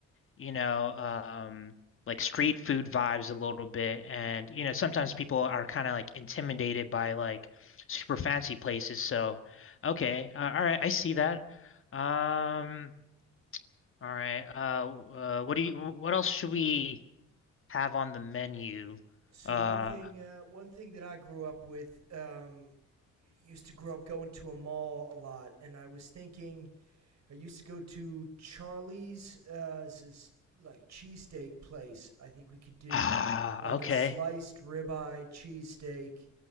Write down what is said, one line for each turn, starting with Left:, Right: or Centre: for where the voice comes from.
Left: you know, um, like street food vibes a little bit. And, you know, sometimes people are kind of like intimidated by like super fancy places. So, okay, uh, all right, I see that. Um, all right. Uh, uh, what do you, what else should we have on the menu?
Right: So
Left: Uh,
Right: one thing uh, one thing that I grew up with um, used to grow up going to a mall a lot, and I was thinking I used to go to Charlie's. Uh, this is like cheesesteak place. I think we could do
Left: ah,
Right: like
Left: okay.
Right: a sliced ribeye cheesesteak